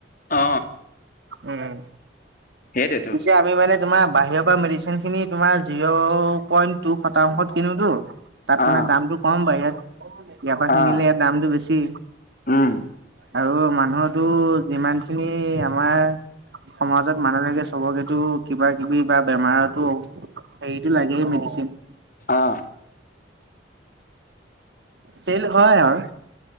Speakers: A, on the left; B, on the right.
A: অ
B: উম
A: সেইটোৱেতো
B: পিছে আমি মানে তোমাৰ বাহিৰত মেডিচিন খিনি তোমাৰ জিৰ' পইণ্ট। শতাংশত কিনোতো তাত
A: অ
B: মানে দামতটো কম বাহিৰত। ইয়াৰপৰা কিনিলে
A: অ
B: ইয়াৰ দামটো বেছি।
A: উম।
B: আৰু মানুহতো যিমান খিনি। আমাৰ সমাজত মানুহ থাকে চবকেতো কিবা কিবি বা বেমাৰতো। সেইটো লাগে মেডিচিন
A: অ
B: চেল হয় আৰু